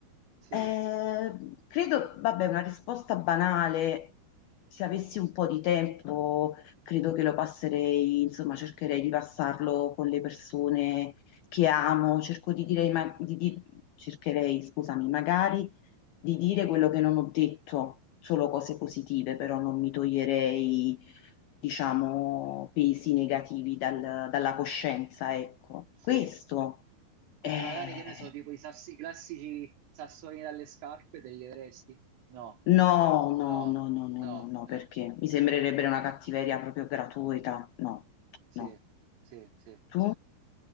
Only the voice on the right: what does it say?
sì,
sì.
Quindi
magari, che ne so, tipo i, sassi- i classici sassolini dalle scarpe te li avresti? No,
no,
no,
no.
Sì,
sì, sì.